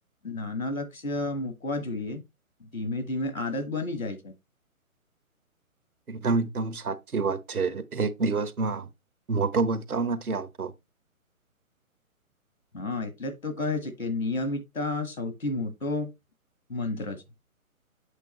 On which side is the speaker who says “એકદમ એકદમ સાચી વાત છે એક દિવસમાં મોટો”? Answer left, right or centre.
Right